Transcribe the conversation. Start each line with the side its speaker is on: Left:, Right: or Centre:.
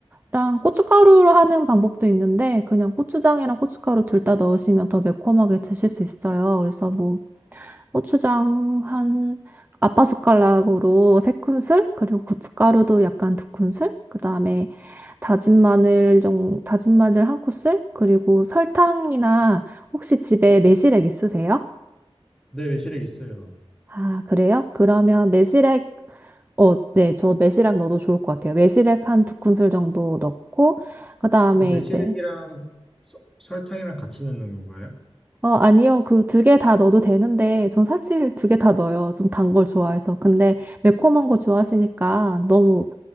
Right: 랑 고춧가루로 하는 방법도 있는데 그냥 고추장이랑 고춧가루 둘 다 넣으시면 더 매콤하게 드실 수 있어요. 그래서 뭐 고추장 한 아빠 숟가락으로 세 큰술 그리고 고춧가루도 약간 두 큰술 그다음에 다진 마늘 좀 다진 마늘 한 큰술 그리고 설탕이나 혹시 집에 매실액 있으세요?
Centre: 네, 매실액 있어요.
Right: 아, 그래요? 그러면 매실액 어, 네, 저 매실액 넣어도 좋을 것 같아요. 매실액 한 두 큰술 정도 넣고 그다음에
Centre: 그럼 매실액이랑
Right: 이제
Centre: 서- 설탕이랑 같이 넣는 건가요?
Right: 어, 아니요. 그 두 개 다 넣어도 되는데, 전 사실 두 개 다 넣어요. 좀 단 걸 좋아해서. 근데 매콤한 거 좋아하시니까 너무